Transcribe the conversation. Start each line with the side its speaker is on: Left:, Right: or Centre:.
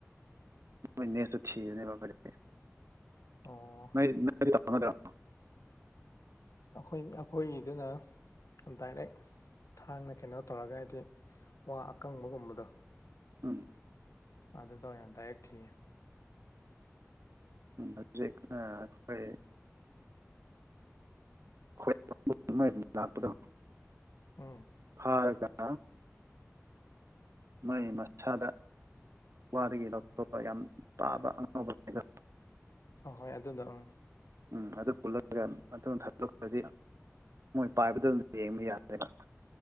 Right: <unintelligible>
Left: ꯑꯣ ꯑꯩꯈꯣꯏ ꯑꯩꯈꯣꯏꯒꯤꯗꯨꯅ ꯗꯥꯏꯔꯦꯛ ꯊꯥꯡꯅ ꯀꯩꯅꯣ ꯇꯧꯔꯒ ꯍꯥꯏꯗꯤ ꯋꯥ ꯑꯀꯪꯕꯒꯨꯝꯕꯗꯣ
Right: ꯎꯝ
Left: ꯑꯗꯨꯗ ꯑꯣꯏꯅ ꯗꯥꯏꯛ ꯊꯤꯉ
Right: <unintelligible> ꯑꯩꯈꯣꯏ <unintelligible> ꯂꯥꯛꯄꯗ
Left: ꯎꯝ
Right: ꯐꯥꯔꯀ ꯃꯣꯏ ꯃꯁꯥꯗ ꯋꯥꯗꯒꯤ ꯂꯧꯊꯣꯛꯄ ꯌꯥꯝ ꯄꯥꯕ ꯑꯉꯥꯎꯕ ꯂꯩꯗ
Left: ꯑꯍꯣꯏ ꯑꯗꯨꯅꯥ ꯎꯝ
Right: ꯎꯝ ꯑꯗꯨ ꯄꯨꯜꯂꯒ ꯑꯗꯨꯝ ꯊꯥꯂꯣꯛꯇ꯭ꯔꯗꯤ ꯃꯣꯏ ꯄꯥꯏꯕꯗ ꯑꯗꯨꯝ ꯌꯦꯡꯕ ꯌꯥꯗ꯭ꯔꯦꯕ